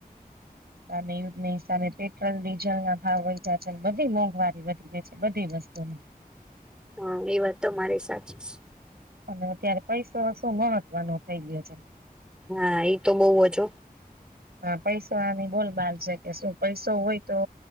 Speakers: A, on the right (about 80°); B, in the centre.
A: સામે યુદ્ધની સામે પેટ્રોલ ડીઝલ ના ભાવ વધ જ્યા છે, બધી મોંઘવારી વધી જઈ છે બધી વસ્તુમાં
B: હા એ વાત તમારે સાચી છે.
A: અત્યારે પૈસો શું મહત્વનો થઇ ગયો છે.
B: હા એઈ તો બવ જ હ.
A: હા પૈસા આની બોલબાલ છે કે શું, પૈસો હોય તો